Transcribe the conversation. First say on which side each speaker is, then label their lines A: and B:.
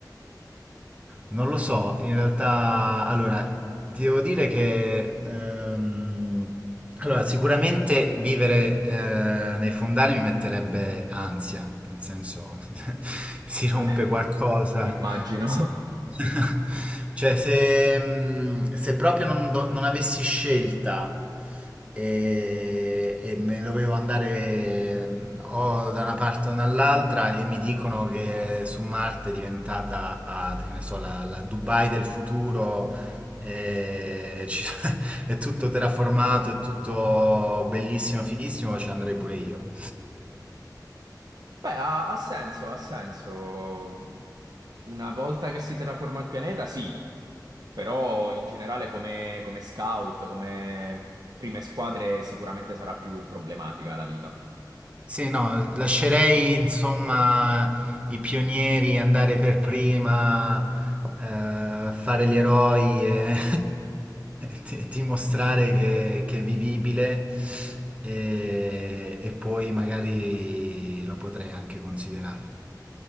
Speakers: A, on the right (about 15°); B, on the right (about 60°).
A: non lo so, in realtà, allora, ti devo dire che ehm, Allora, sicuramente vivere eh, nei fondali mi metterebbe ansia, nel senso <laughs> si rompe
B: Eh,
A: qualcosa,
B: immagino.
A: così.
B: <laughs>
A: <laughs> Cioè, se, mh, se proprio non, do- non avessi scelta e, e me dovevo andare mh, o da una parte o dall'altra e mi dicono che su Marte è diventata, che ne so, la la Dubai del futuro e ci- <laughs> è tutto terraformato, è tutto bellissimo, fighissimo, ci andrei pure io.
B: Beh, ha, ha senso, ha senso. Una volta che si terraforma il pianeta, sì. Però in generale come, come scout, come prime squadre, sicuramente sarà più problematica la vita.
A: Sì, no, lascerei insomma i pionieri andare per prima, eh, fare gli eroi e <laughs> ti- dimostrare che, che è vivibile e, e poi magari lo potrei anche considerare.